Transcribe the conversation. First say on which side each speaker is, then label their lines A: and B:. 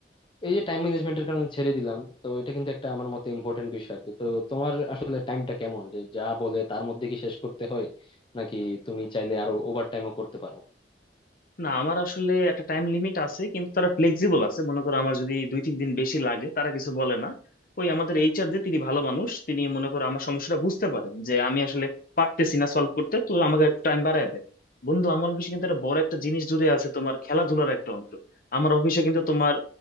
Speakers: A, on the left; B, on the left.
A: এই যে টাইম ম্যানেজমেন্টের কারণে ছেড়ে দিলাম তো এটা কিন্তু একটা আমার মতে ইম্পর্টেন্ট বিষয় আর কি তো তোমার আসলে টাইমটা কেমন যে যা বলে তার মধ্যে কি শেষ করতে হয় নাকি তুমি চাইলে আরো ওভার টাইমও করতে পারো
B: না আমার আসলে একটা টাইম লিমিট আছে কিন্তু তারা ফ্লেক্সিবল আছে মনে করো আমার যদি দুই তিন দিন বেশি লাগে তারা কিছু বলে না ওই আমাদের এইচআর যে তিনি ভালো মানুষ তিনি মনে করো আমার সমস্যাটা বুঝতে পারেন যে আমি আসলে পারতেছি না সলভ করতে তো আমাকে টাইম বাড়ায় দেয় বন্ধু আমার অফিসে কিন্তু একটা বড় একটা জিনিস জুড়ে আছে তোমার খেলাধুলার একটা অংশ আমার অফিসে কিন্তু তোমার